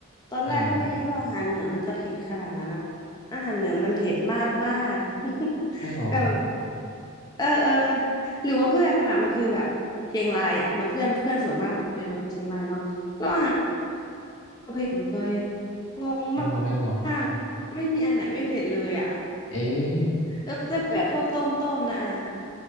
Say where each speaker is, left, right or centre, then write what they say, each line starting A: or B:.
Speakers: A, on the left; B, on the left.
A: ตอนแรกก็ไม่คิดว่าอาหารเหนือมันจะเผ็ดขนาดนั้นอะ
B: อ่า
A: อาหารเหนือมันเผ็ดมากมาก <laughs>
B: ใช่หรอ
A: แบบเออเออหรือว่าเพื่อนอะมันคือแบบเชียงรายอะมันเพื่อนเพื่อนส่วนมากจะเป็นคนเชียงรายเนาะแล้วอาหารเผ็ดเลยงงมากไม่มีอันไหนไม่เผ็ดเลยอ่ะ
B: เคนโบเล่เหรอเอ๊ะ
A: เออมันจะมีแบบพวกต้มต้มนะอะไรนะ